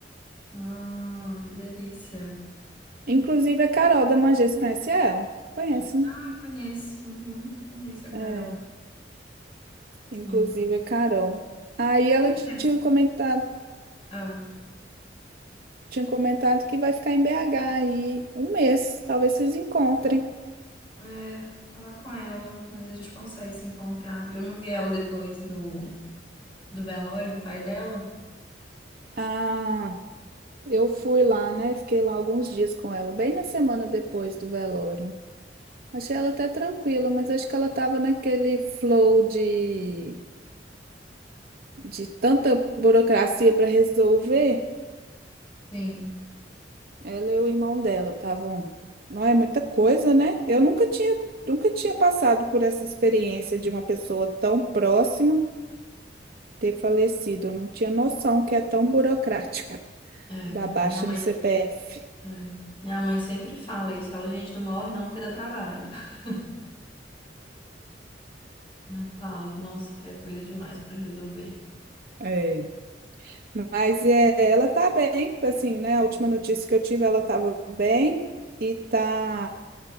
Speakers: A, on the left; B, on the right.
A: Ah, que delícia.
B: Inclusive a Carol da Mangés, conhece ela? Conhece, né?
A: Ah, conheço. Uhum, conheço a Carol.
B: É,
A: Sim.
B: inclusive a Carol. Aí ela
A: Tem muito
B: tinha
A: tempo.
B: comentado,
A: ah.
B: tinha comentado que vai ficar em BH aí um mês. Talvez vocês encontrem.
A: É, falar com ela, mas a gente consegue se encontrar. Eu não vi ela depois do, do velório do pai dela.
B: Ah, eu fui lá, né? Fiquei lá alguns dias com ela, bem na semana depois do velório. Achei ela até tranquila, mas acho que ela tava naquele flow de de tanta burocracia para resolver,
A: Sim,
B: ela e o irmão dela estavam. Não é muita coisa, né? Eu nunca tinha, nunca tinha passado por essa experiência de uma pessoa tão próxima ter falecido. Eu não tinha noção que é tão burocrático <laughs>
A: é.
B: da baixa
A: Minha mãe,
B: no CPF.
A: é. Minha mãe sempre fala isso. Fala, gente, não morre não porque dá trabalho. <laughs> Ela fala, nossa, que é coisa demais pra resolver.
B: É. Mas é, ela tá bem, assim, né? A última notícia que eu tive, ela estava bem e tá,